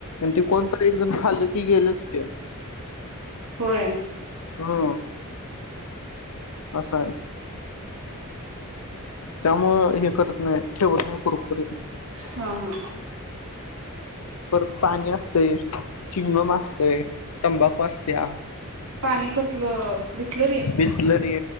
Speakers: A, on the left; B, on the right.
A: ते कोण तर एक जण खाल्लं की गेलंच की
B: होय.
A: हो अस आहे. त्यामूळ हे करत नाय ठेवत नाय कुरकुरे
B: हा हा
A: परत पाणी असतय, चिंगम असतय, तंबाखू असतिया
B: पाणी कसलं बिसलरी
A: बिसलरी